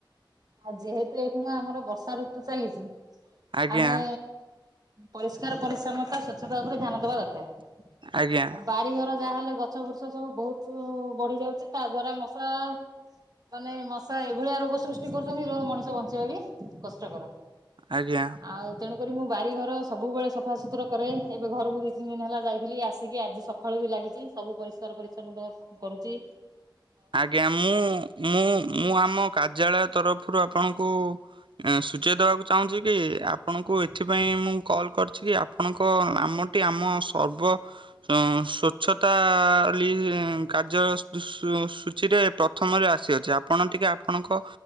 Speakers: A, on the right (about 50°); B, on the right (about 75°).
A: ଆଉ ଯେହେତୁ ଏଇଖିଣା ଆମର ବର୍ଷା ଋତୁ ଚାଲିଚି
B: ଆଜ୍ଞା
A: ଆମେ ପରିଷ୍କାର ପରିଚ୍ଛନ୍ନତା ସ୍ବଚ୍ଛତା ଉପରେ ଧ୍ୟାନ ଦବା ଦରକାର।
B: ଆଜ୍ଞା।
A: ଆଉ ବାରିଘର ଯାହେଲେ ଗଛ ବୃଷ ସବୁ ବହୁତୁ ବଢି ଯାଉଛି ତା ଦ୍ଵାରା ମଶା ମାନେ ମଶା ଏଇଭଳିଆ ରୋଗ ସୃଷ୍ ଟି କରୁଛନ୍ତି ଯୋଉ ମଣିଷ ବଞ୍ଚିବା ବି କଷ୍ଟକର।
B: ଆଜ୍ଞା
A: ଆଉ ତେଣୁକରି ମୁଁ ବାରିଘର ସବୁବେଳେ ସଫାସୁତୁରା କରେ ଏବେ ଘରକୁ ଦୁଇ ତିନି ଦିନ ହେଲା ଯାଇଥିଲି ଆସିକି ଆଜି ସ ଖାଳୁ ବି ଲାଗିଚି ସବୁ ପରିଷ୍କାର ପରିଚ୍ଛନ୍ନ କସ କରୁଚି।
B: ଆଜ୍ଞା ମୁଁ ମୁଁ ମୁଁ ଆମ କାର୍ଯ୍ୟାଳୟ ତରଫରୁ ଆପଣଙ୍କୁ ଏଁ, ସୂଚେଇ ଦେବାକୁ ଚାହୁଁଛି କି ଆପଣଙ୍କୁ ଏଥିପାଇଁ ମୁଁ କଲ୍ କରିଛି କି ଆ ଆପଣଙ୍କ ନାମଟି ଆମ ସର୍ବ ଅଁ, ସ୍ୱଚ୍ଛତା ଲି କାର୍ଯ୍ୟ ସୁ- ସୁ ସୂଚୀରେ ପ୍ରଥମରୁ ଆସିଅଛି, ଆପଣ ଟିକେ ଆପଣଙ୍କ